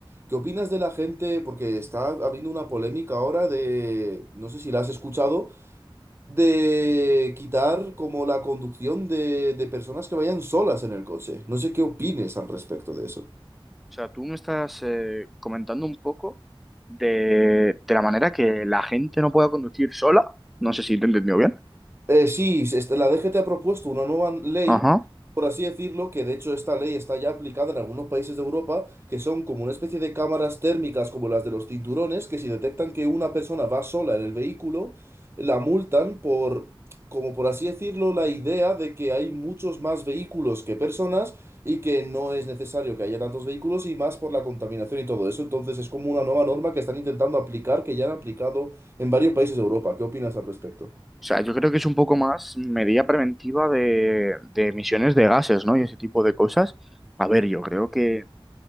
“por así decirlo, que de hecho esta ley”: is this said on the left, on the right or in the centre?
Right